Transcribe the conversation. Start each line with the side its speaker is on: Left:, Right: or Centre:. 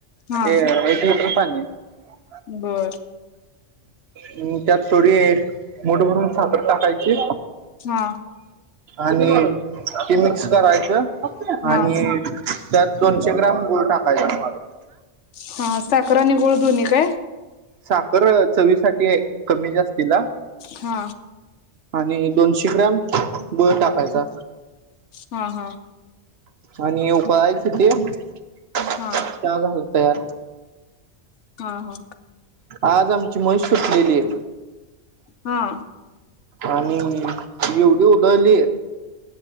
Left: हा
Right: एक लिटर <unintelligible>
Left: बर.
Right: हम् त्यात थोडी मूठ भरून साखर टाकायची.
Left: हा
Right: आणि ते मिक्स करायचं.
Left: हा
Right: आणि त्यात दोनशे ग्रॅम गुळ टाकायचा.
Left: हा साखर आणि गुळ दोन्ही काय?
Right: साखर चवी साठी कमी जास्तीला.
Left: हा
Right: आणि दोनशे ग्रॅम गुळ टाकायचा.
Left: हा हा.
Right: आणि उकळायच ते. <unintelligible>
Left: हा
Right: तयार
Left: हा हा.
Right: आज आमची म्हैस सुटलेली.
Left: हा.
Right: आणि एवढी उधळली